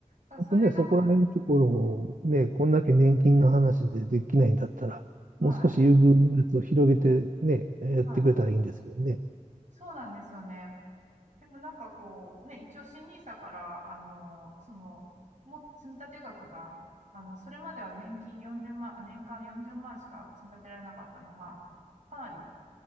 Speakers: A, on the right; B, on the right.
A: からそれが
B: 本当ね、そこら辺のところをね、こんだけ年金の話でできないんだったら、
A: はい。
B: もう少し優遇のやつを広げてね、やってくれたらいいんですけどね。
A: はい。そうなんですよね。でもなんかこう、ね、一応新入社から、あの、その、も、積立額が、あの、それまでは年金40万、あ年間40万しか積み立てられなかったのが、かなり、